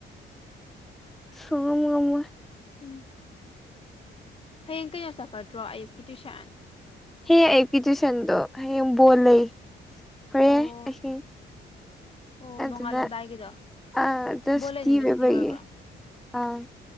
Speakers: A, in the centre; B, on the left (about 30°).
A: ꯁꯨꯉꯝ ꯉꯝꯃꯣꯏ
B: ꯎꯝ ꯍꯌꯦꯡ ꯀꯩꯅꯣ ꯆꯀꯗ꯭ꯔꯣ ꯑꯌꯨꯛꯀꯤ ꯇꯨꯏꯁꯟ
A: ꯍꯌꯦꯡ ꯑꯌꯨꯛꯀꯤ ꯇꯨꯏꯁꯟꯗꯣ ꯍꯌꯦꯡ ꯕꯣꯜ ꯂꯩ ꯍꯣꯔꯦꯟ
B: ꯑꯣ
A: ꯑꯍꯤꯡ
B: ꯑꯣ
A: ꯑꯗꯨꯅ
B: ꯅꯣꯡꯉꯥꯜꯂꯝꯗꯥꯏꯒꯤꯗꯣ
A: ꯑꯗ
B: ꯕꯣꯜ
A: ꯁꯨꯇꯤꯄꯤꯕꯒꯤ
B: ꯂꯩ ꯅꯨꯃꯤꯠ ꯁꯨꯇꯤ ꯑꯣꯏꯕ꯭ꯔꯣ
A: ꯑꯥ